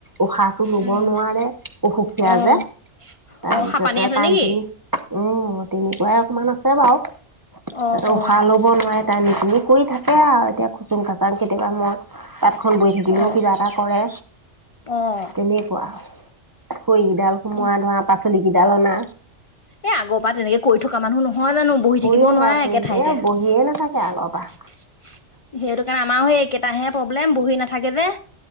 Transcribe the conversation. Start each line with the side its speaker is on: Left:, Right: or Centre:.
Right: উশাহটো লব
Left: উম
Right: নোৱাৰে, অসুখীয়া
Left: অ'
Right: যে তাৰপিছতে
Left: অ' হাপানি আছে
Right: টাইম
Left: নেকি?
Right: টোনি- অঁ তেনেকুৱাই অকমান আছে বাৰু
Left: অ'
Right: তাতো
Left: অ'
Right: উশাহ লব নোৱাৰে- তাই নুশুনি কৰি থাকে আও, এতিয়া খুচুং খাচাং কেতিয়াবা মই- তাঁতখন বৈ থাকিলেও
Left: অ'
Right: কিবা এটা কৰে,
Left: অ'
Right: তেনেকুৱা। খৰিকেইডাল সোমোৱা
Left: অ'
Right: ধৰা পাচলি কেইডাল অনা
Left: এ আগৰ পৰা তেনেকে কৰি থকা মানুহ নহয় জানো বহি
Right: কৰি
Left: থাকিব
Right: থকা
Left: নোৱাৰে
Right: কৰি
Left: একে ঠাইতে
Right: এ বহিয়ে নাথাকে
Left: সেইটো
Right: আগৰ পৰা
Left: কাৰণে আমাৰো সেই কেইটাহে প্ৰব্লেম বহি নাথাকে যে